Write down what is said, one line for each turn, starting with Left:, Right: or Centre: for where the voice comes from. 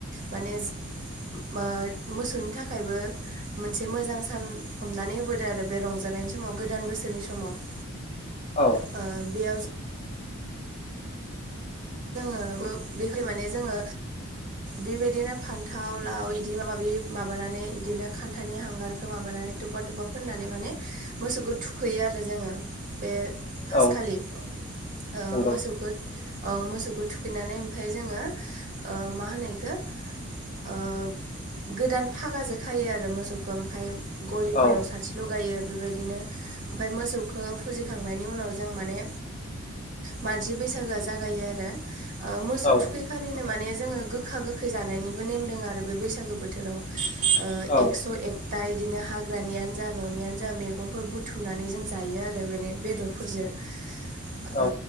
Right: माने ओ मोसौनि थाखायबो मोनसे मोजां सान हमनानै होबोदों आरो बे रंजानायनि समाव गोदान बोसोरनि समाव। <inaudible>
Left: औ
Right: ओ बेयाव जों जोङो बो- बेखै - माने जोङो बेबायदिनो फान्थाव लाव बिदि माबा माबि माबानानै बिदिनो खान्थानि हांगारखौ माबानानै तुप्पा तुप्पा फोननानै माने मोसौखौ थुखैयो आरो जोङो बे फार्स्ट
Left: औ
Right: खालि ओ
Left: नंगौ
Right: मोसौखौ मोसौखौ थुखैनानै ओमफ्राय जोङो मा होनो इखौ ओ गोदान फागाजों खायो आरो मोसौखौ ओमफ्राय गलिफोराव
Left: औ
Right: साथि लगायो बेबायदिनो ओमफाय मोसौखौ फुजिखांनायनि उनाव जों माने मानसि बैसागोआ जागायो आरो ओ मोसौ
Left: औ
Right: थुखै खालिनो माने जोङो गोखा-गोखै जानायनिबो नेम दङ आरो बे बैसागो बोथोराव ओ
Left: औ
Right: एस' ए क्था इदिनो हाग्रानियानो जा न'नियानो जा मैगंफोर बुथुमनानै जों जायो आरो बे बेदरफोरजों ओ
Left: औ